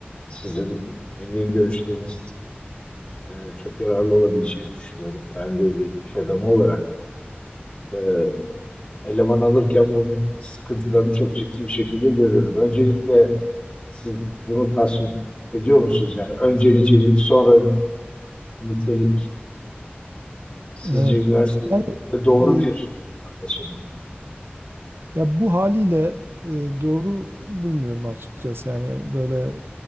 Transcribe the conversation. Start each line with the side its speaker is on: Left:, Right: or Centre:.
Left: Sizin engin görüşleriniz e, çok yararlı olabileceğini düşünüyorum. Ben de bir iş adamı olarak e, eleman alırken bunun sıkıntılarını çok ciddi bir şekilde görüyorum. Öncelikle Siz bunu tasvip ediyor musunuz? Yani önce nicelik, sonra nitelik sizce
Right: Evet.
Left: üniversite eğitiminde
Right: Yani
Left: doğru
Right: e,
Left: bir yaklaşım mı?
Right: ya bu haliyle e, doğru bulmuyorum açıkçası. Yani böyle